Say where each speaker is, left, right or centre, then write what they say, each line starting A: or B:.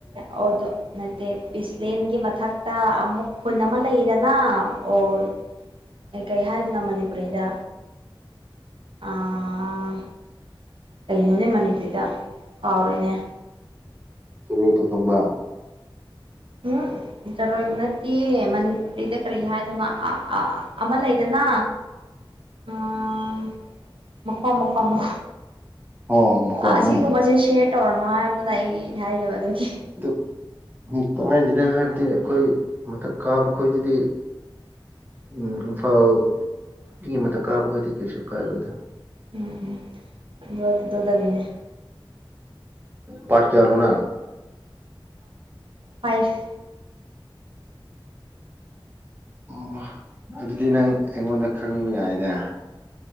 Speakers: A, on the right (about 75°); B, on the right (about 20°).
A: ꯑꯣꯗ ꯅꯠꯇꯦ ꯄꯤꯁꯂꯦꯟꯒꯤ ꯃꯊꯛꯇ ꯑꯃꯨꯛ ꯈꯨꯟ ꯑꯃ ꯂꯩꯗꯅ ꯑꯣꯔ ꯑꯦ ꯀꯩ ꯍꯥꯏꯗꯣꯏꯅꯣ ꯃꯅꯤꯄꯨꯔꯤꯔꯤꯗ ꯑꯥ ꯀꯩꯣꯅꯦ ꯃꯅꯤꯄ꯭ꯔꯤꯇꯥ ꯑꯥꯔ ꯏꯅꯦ
B: ꯆꯔꯣꯏꯄꯗꯨꯡꯕ
A: ꯍꯥ ꯆꯔꯣꯏꯕ ꯅꯠꯇꯦ ꯃꯅꯤꯄꯨꯔꯤꯗ ꯀꯔꯤ ꯍꯥꯏꯗꯅ ꯑꯃ ꯂꯩꯗꯅ ꯑꯥ ꯃꯀꯣ ꯃꯀꯣ
B: ꯑꯣ ꯃꯈꯣꯝꯅꯤ
A: ꯑꯁꯤꯒꯨꯝꯕꯁꯦ ꯁꯦꯌꯔ ꯇꯧꯔꯅꯣ ꯍꯥꯏꯕꯗ ꯑꯩ ꯍꯥꯏꯗꯕꯗꯨꯒꯤ
B: ꯑꯗꯨ ꯎ ꯇꯥꯏꯥꯏꯁꯤꯅ ꯍꯥꯏꯕꯗꯤ ꯑꯩꯈꯣꯏ ꯃꯊꯛ ꯀꯥꯕ ꯈꯣꯏꯗꯗꯤ ꯎꯝ ꯏꯝꯐꯥꯜ ꯃꯤ ꯃꯊꯛ ꯀꯥꯕ ꯈꯣꯏꯗꯦ ꯀꯩꯁꯨ ꯀꯥꯏꯔꯣꯏꯗ
A: ꯎꯝ ꯎꯝꯣ ꯣꯗꯒꯅꯦꯅꯦ
B: ꯄꯠ ꯆꯅꯨꯅ
A: ꯐꯥꯏꯚ
B: ꯑꯣ ꯑꯗꯨꯗꯤ ꯅꯪ ꯑꯩꯉꯣꯟꯗ ꯈꯪꯕ ꯌꯥꯏꯅꯦ